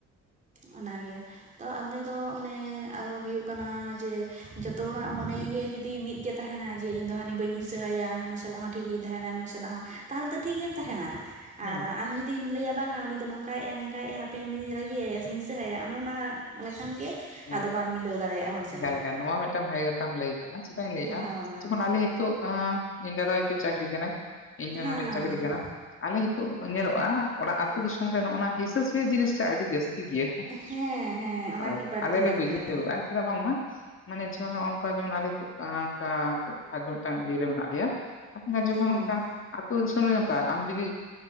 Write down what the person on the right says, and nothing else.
ᱚᱱᱟᱜᱮ ᱛᱚ ᱟᱞᱮ ᱫᱚ ᱚᱱᱮ ᱟᱫᱚ ᱦᱩᱭᱩᱜ ᱠᱟᱱᱟ ᱡᱮ ᱡᱚᱛᱚ ᱦᱚᱲᱟᱜ ᱢᱚᱱᱮ ᱜᱮ ᱡᱩᱫᱤ ᱢᱤᱫ ᱠᱟᱛᱮ ᱛᱟᱦᱮᱱᱟ ᱡᱮ ᱤᱧ ᱫᱚ ᱦᱟᱹᱱᱤ ᱵᱟᱹᱧ ᱦᱤᱥᱟᱹᱭᱟ ᱩᱱᱤ ᱥᱟᱞᱟᱜ ᱦᱚᱸ ᱴᱷᱤᱠ ᱜᱮᱧ ᱛᱟᱦᱮᱸᱱᱟ ᱱᱩᱭ ᱥᱟᱞᱟᱜ ᱦᱚᱸ ᱛᱟᱦᱚᱞᱮ ᱫᱚ ᱴᱷᱤᱠ ᱜᱮᱢ ᱛᱟᱦᱮᱱᱟ ᱟᱨ
ᱟᱢ ᱡᱩᱫᱤ ᱡᱩᱫᱤᱢ ᱞᱟᱹᱭᱟ ᱵᱟᱝᱟ ᱩᱱᱤ ᱫᱚ ᱱᱚᱝᱠᱟᱭ ᱮᱫᱟ ᱦᱟᱝᱠᱟᱭ ᱮᱫᱟ ᱦᱟᱯᱮ ᱩᱱᱤ ᱫᱩᱧ ᱨᱟᱜᱤᱭᱟ ᱦᱤᱥᱟᱹᱟᱭᱟ ᱚᱱᱮ ᱚᱱᱟ ᱞᱮᱠᱷᱟᱱ ᱜᱮ
ᱟᱫᱚ ᱵᱟᱢ ᱢᱤᱞᱟᱹᱣ ᱫᱟᱲᱮᱭᱟᱜᱼᱟ ᱦᱚᱲ ᱥᱟᱞᱟᱜ᱾
ᱦᱳᱭ
ᱦᱮᱸ
ᱦᱮᱸ ᱦᱮᱸ ᱚᱱᱟ
ᱠᱤ ᱵᱟᱹᱲᱛᱤ
ᱧᱚᱜ
ᱜᱮᱭᱟ
ᱦᱩᱸ